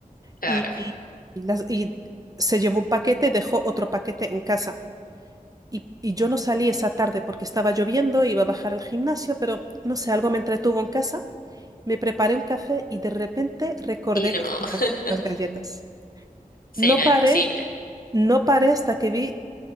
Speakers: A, on the left; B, on the right.
A: claro,
B: Y, y- y las- y se llevó un paquete y dejó otro paquete en casa. Y, y yo no salí esa tarde porque estaba lloviendo, iba a bajar al gimnasio, pero no sé, algo me entretuvo en casa. Me preparé un café y de repente recordé
A: y no,
B: que
A: <laughs>
B: estaban las galletas.
A: sí,
B: No
A: no,
B: paré,
A: imposible.
B: no paré hasta que vi